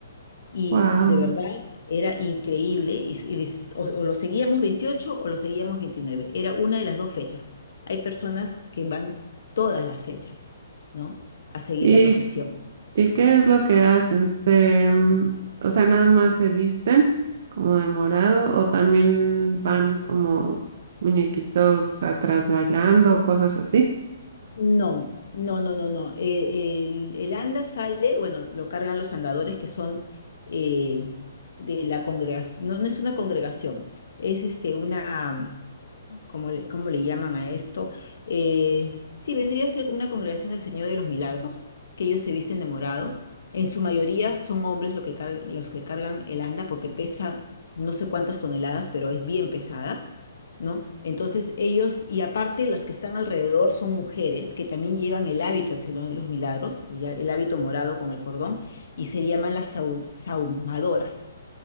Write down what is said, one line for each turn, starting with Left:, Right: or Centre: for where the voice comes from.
Left: Y
Right: Wow.
Left: de verdad era increíble. Y, s- y les- o, o lo seguíamos 28 o lo seguíamos veintinueve Era una de las dos fechas. Hay personas que van todas las fechas, ¿no? A seguir
Right: ¿Y
Left: la procesión.
Right: ¿Y qué es lo que hacen? Se, mm, o sea, nada más se visten como de morado o también van como muñequitos atrás bailando, cosas así,
Left: No, no, no, no, no. Eh, el, el anda sale, bueno, lo cargan los andadores que son eh, de la congregación. No, no es una congregación, es este, una. ¿cómo le, cómo le llaman a esto? Eh, sí, vendría a ser como una congregación del Señor de los Milagros, que ellos se visten de morado. En su mayoría son hombres lo que car- los que cargan el anda porque pesa no sé cuántas toneladas, pero es bien pesada, ¿no? Entonces ellos, y aparte las que están alrededor son mujeres que también llevan el hábito del Señor de los Milagros, ya el hábito morado con el cordón, y se llaman las sau- sahumadoras.